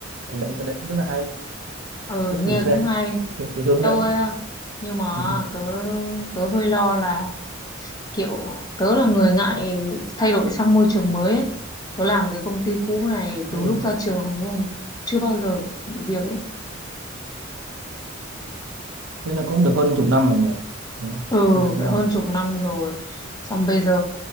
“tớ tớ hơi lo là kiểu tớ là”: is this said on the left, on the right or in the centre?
Left